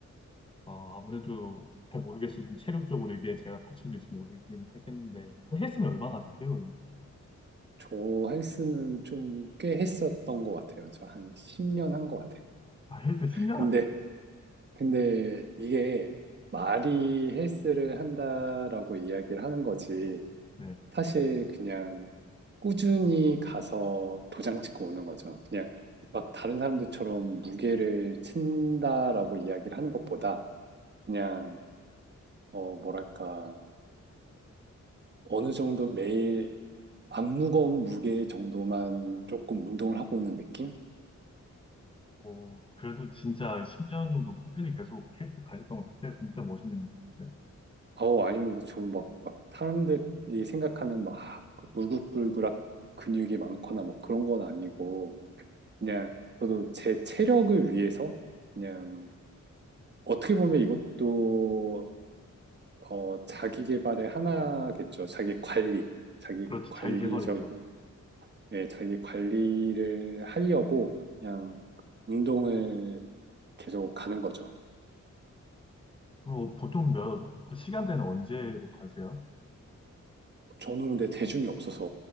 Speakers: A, on the left; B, on the right.
A: 어, 아무래도 잘 모르겠어요. 좀 체력적으로 이게 제가 받쳐질지 모르긴 하겠는데. 헬스는 얼마나 하셨어요, 그럼?
B: 저 헬스는 좀 꽤 했었던 것 같아요. 저 한 10년 한 것 같아요.
A: 아, 헬스 10년
B: 근데,
A: 하셨어요?
B: 근데 이게 말이 헬스를 한다라고 이야기를 하는 거지,
A: 네.
B: 사실 그냥 꾸준히 가서 도장 찍고 오는 거죠. 그냥 막 다른 사람들처럼 무게를 친다라고 이야기를 하는 것보다 그냥 어 뭐랄까 어느 정도 매일 안 무거운 무게 정도만 조금 운동을 하고 오는 느낌?
A: 어, 그래도 진짜 10년 정도 꾸준히 계속 헬스 가셨던 것 자체가 진짜 멋있는 것 같아요.
B: 어 아니면 좀막막 사람들이 생각하는 막 울긋불긋한 근육이 많거나 뭐 그런 건 아니고 그냥 저도 제 체력을 위해서 그냥 어떻게 보면 이것도 어, 자기 개발의 하나겠죠. 자기 관리, 자기
A: 그렇죠.
B: 관리적인,
A: 자기 개발이죠.
B: 예, 자기 관리를 하려고 그냥 운동을 계속 가는 거죠.
A: 그리고 보통 몇, 그 시간대는 언제로 가세요?
B: 저는 근데 대중이 없어서